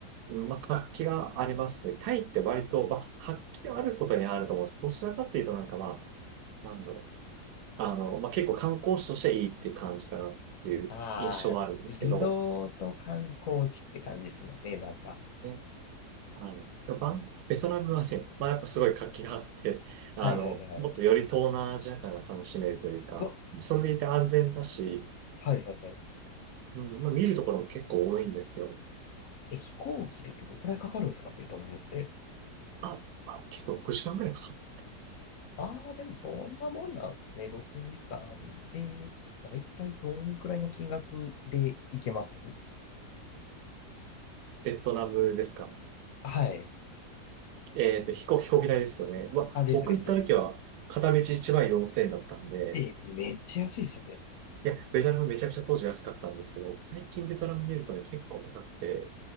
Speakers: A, on the right (about 75°); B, on the left (about 65°).
A: うんまあ、活気がありますね。タイって割と、まあ、活気があることにあると思うんですけどどちらかというと、なんかまあ、なんだろう。あの、まあ、結構観光地としていいっていう感じかなっていう印象はあるんですけど、
B: あー、リゾート観光地って感じですね、なんか。
A: ねはい。でもバン、ベトナムはね、まあやっぱすごい活気があって、あの、
B: はいはいはいはい。
A: もっとより東南アジア感が楽しめるというか、
B: うわ、
A: それでいて安全だし、
B: はいはいはい。
A: うん、まあ見るところも結構多いんですよ。
B: え、飛行機でどのくらいかかるんですか、ベトナムって。
A: あ、あ、結構6時間くらいかかっ
B: ああ、でもそんなもんなんですね。6時間で、だいたいどんくらいの金額でいけます
A: ベトナムですか。
B: はい。
A: えっと、飛行機、飛行機代ですよね。うわ、
B: あ、ですです。
A: 僕行った時は片道1万4000円だったんで、
B: え、めっちゃ安いっすね。
A: いや、ベトナムめちゃくちゃ当時安かったんですけど、最近ベトナム見るとね、結構高くて、